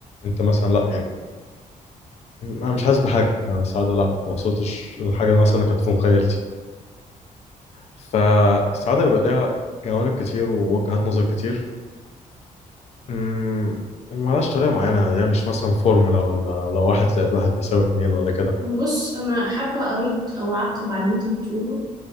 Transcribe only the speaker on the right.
بص أنا حابة أرد أو أعقب على اللي أنت بتقوله